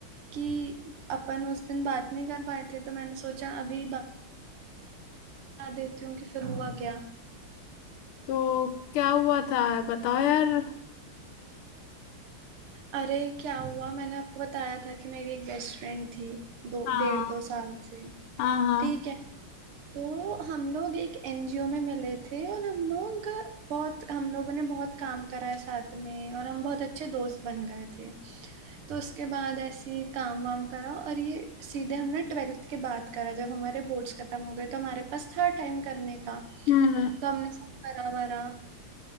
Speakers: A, on the right; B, on the left.
A: कि अपन उस दिन बात नहीं कर पाए थे तो मैंने सोचा अभी बता देती हूँ कि फिर हुआ क्या
B: तो क्या हुआ था बताओ यार
A: अरे क्या हुआ मैंने आपको बताया था कि मेरी एक बेस्ट फ्रेंड थी दो
B: हाँ
A: डेढ़ दो साल से
B: हाँ हाँ
A: ठीक है तो हम लोग एक एनजीओ में मिले थे और हम लोग बहुत हम लोगों ने बहुत काम करा है साथ में और हम बहुत अच्छे दोस्त बन गए थे तो उसके बाद ऐसे ही काम वाम करा और ये सीधे हमने ट्वेल्थ के बाद करा जब हमारे बोर्ड्स खत्म हो गए तो हमारे पास था टाइम करने का
B: हम्म
A: तो हमने सब करा वरा